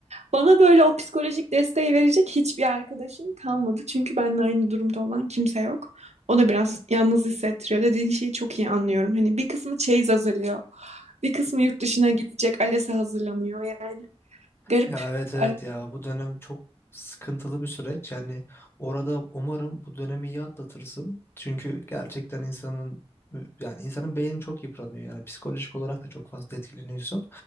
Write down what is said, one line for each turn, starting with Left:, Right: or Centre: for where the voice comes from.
Right: bana böyle o psikolojik desteği verecek hiçbir arkadaşım kalmadı. Çünkü benimle aynı durumda olan kimse yok. O da biraz yalnız hissettiriyor. Dediğin şeyi çok iyi anlıyorum. Hani bir kısmı çeyiz hazırlıyor. Bir kısmı yurt dışına gidecek. ALES'e hazırlanıyor yani. Garip
Left: Ya evet evet
Right: aralarında.
Left: ya bu dönem çok sıkıntılı bir süreç. Yani orada umarım bu dönemi iyi atlatırsın. Çünkü gerçekten insanın yani insanın beyni çok yıpranıyor. Yani psikolojik olarak da çok fazla etkileniyorsun.